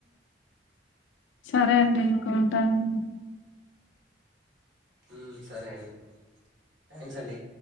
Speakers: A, on the left; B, on the right.
A: సరే
B: మ్మ్.
A: అండి ఇంక ఉంటాను
B: ఉ సరే అండి థ్యాంక్స్ అండి